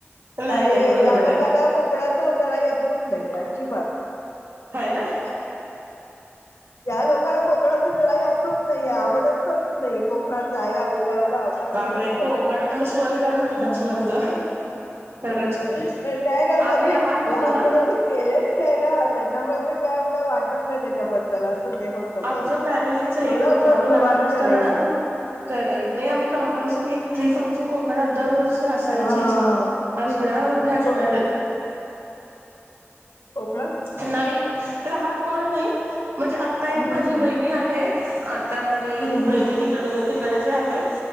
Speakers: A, on the right; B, on the left.
A: नाही
B: आणि
A: नाही बरोबर
B: या लोकांना
A: आहे.
B: कोकणाचच तर अप्रूव नाही ये अजी बाात
A: हाय ना
B: या लोकांना कोकणाच जराही अप्रूप नाहीे आवडतच नाही कोकणात जायला बियला एवढं आवडत
A: बापरे
B: नाही इतकं
A: कोकण तर स्वर्ग म्हणतात
B: हम्म.
A: स्वर्ग खरंच
B: पण काये ना
A: आम्ही
B: कधी
A: लहान होतो
B: लहानपणापासून
A: ना
B: केलेच नाही ना त्याच्यामुळे ते काय वाटत नाही त्याच्याबद्दल असं ते होतं
A: आमच
B: ते
A: फॅमिलीच एक
B: एवढं
A: होतं
B: कोण
A: आम्ही
B: प्रवास
A: लहान असताना
B: करेल
A: ना करे नाही आम्ही कंपल्सरी एक ट्रीप आमची कोकणात दरवर्षि असायचीच
B: हा. हम्म.
A: असणार म्हणजे असणारच
B: को- ह <inaudible>
A: नाही राहात कोण नाही म्हणजे आता एक
B: हम्म.
A: माझी वहिणी आहे आता म्हणजे
B: हम्म. हम्म.
A: वहीनी तिच्या जवळ तीकड हे आहे